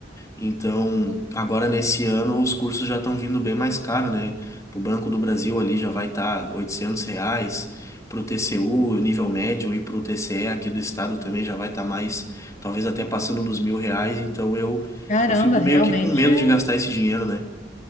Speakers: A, on the left; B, on the left.
A: Então, agora nesse ano os cursos já estão vindo bem mais caro, né? Pro Banco do Brasil ali já vai estar tá 800 reais, pro TCU, nível médio, e pro TCE aqui do estado também já vai estar mais, talvez até passando dos mil reais, então eu,
B: Caramba,
A: eu fico
B: realmente
A: meio que com medo
B: é.
A: de gastar esse dinheiro, né?